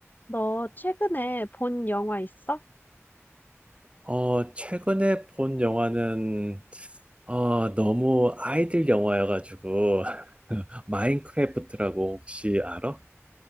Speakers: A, on the left; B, on the right.
A: 너 최근에 본 영화 있어?
B: 어, 최근에 본 영화는, 어, 너무 아이들 영화여가지고, <laughs> 마인크래프트라고 혹시 알아?